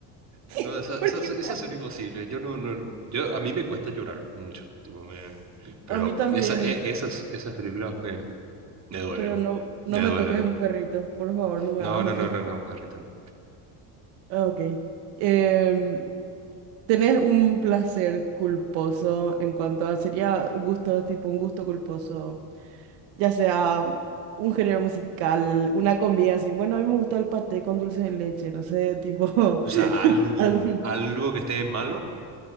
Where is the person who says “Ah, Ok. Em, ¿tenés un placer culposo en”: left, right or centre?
Right